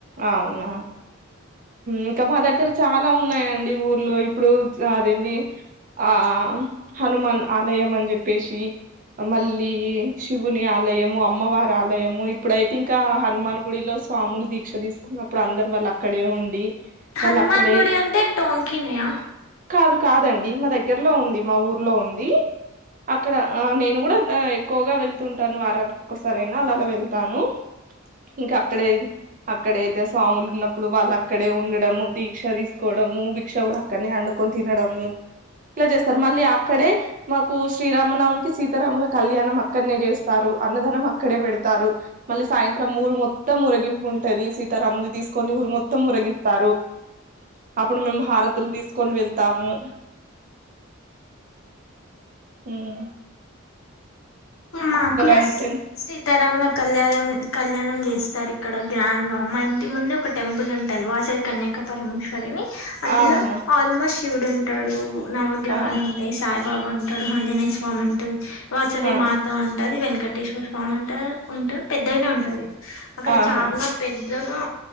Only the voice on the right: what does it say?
అవునా ఇంకా మా దగ్గర చాలా ఉన్నాయండి ఊర్లో ఇప్పుడు అదేంది ఆ హనుమాన్ ఆలయం అన్ జెప్పేసీ మళ్ళీ శివుని ఆలయము, అమ్మవారి ఆలయము ఇప్పుడైతే ఇంకా హనుమాన్ గుడిలో స్వాములు దీక్ష తీస్కున్నప్పుడు అందర్ వాళ్లక్కడే ఉండి
వాళ్ళు అక్కడే
కాదు కాదండి మా దగ్గర్లో ఉంది మా ఊర్లో ఉంది అక్కడ ఆ నేను గుడా ఎక్కువగా వెళ్తుంటాను వారానికి ఒక్కసారైనా అలాగ వెళ్తాను ఇంకా అక్కడే అక్కడైతే స్వాములున్నప్ ప్పుడు వాళ్ళక్కడే ఉండడము, దీక్ష తీస్కోవడము, భిక్ష గుడ అక్కడ్నే అండుకోన్ తినడం ఇట్ల చేస్తర్ మళ్ళీ అక్కడే మాకు శ్రీరామనవమికి, సీతారాముల కళ్యాణం అక్కడ్నే చేస్తారు అన్నదానం అక్కడే పెడ్తారు. మళ్ళీ సాయంత్రం మూరు మొత్తం ఊరేగింపు ఉంటది సీతారాముల్ని తీస్ కొని ఊరు మొత్తం ఊరేగిత్తారు. అప్పుడు మేము హారతుల్ తీస్కొన్ వెళ్తాము. మ్
అంటే
ఆహా
ఆహా
ఆహా
ఆహా